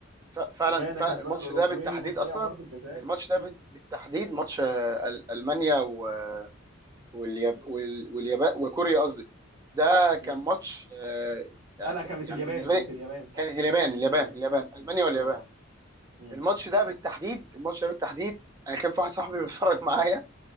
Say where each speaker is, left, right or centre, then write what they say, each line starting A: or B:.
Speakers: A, on the right; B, on the right.
A: ف- فعلا
B: غانا
A: فعلا
B: كسبانه
A: الماتش
B: الاوروجواي
A: ده بالتحديد
B: وتضيع
A: اصلا
B: ضربه جزاء
A: الماتش ده
B: مم.
A: بت- بالتحديد ماتش آه، ال- المانيا و- والياب- وال- واليابان وكوريا قصدي ده كان
B: مم.
A: ماتش آه،
B: لا
A: يعني
B: لا
A: ك-
B: كانت
A: يعني
B: اليابان
A: بالنسبه
B: كانت
A: لي
B: اليابان صح
A: كان اليابان
B: كانت
A: اليابان
B: اليابان
A: اليابان
B: مم.
A: المانيا واليابان
B: ايوه صح مم.
A: الماتش ده بالتحديد الماتش ده بالتحديد انا كان في واحد صاحبي
B: مم.
A: بيتفرج <laughs> معايا